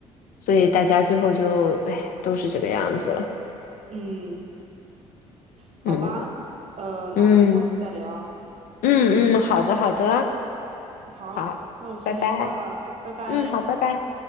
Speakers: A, on the left (about 60°); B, on the right (about 40°).
A: 所以大家最后就，哎，都是这个样子了。
B: 嗯，好吧，
A: 嗯
B: 呃，那我们下次再聊。
A: 嗯嗯嗯，好的好的，
B: 嗯，好，
A: 好，
B: 那我先挂了，
A: 拜拜。
B: 拜拜。
A: 嗯，好，拜拜。